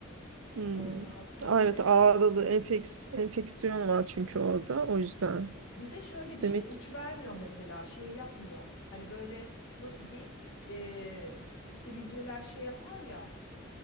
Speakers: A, on the right; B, on the left.
A: Hmm.
B: Ondan sonra
A: Aa, Evet
B: ve
A: ağrılı enfeks enfeksiyon var çünkü orada o yüzden.
B: bir de şöyle bir şey
A: Demek
B: uç
A: ki
B: vermiyor mesela şey yapmıyor. Hani böyle nasıl diyeyim e, sivilceler şey yapar ya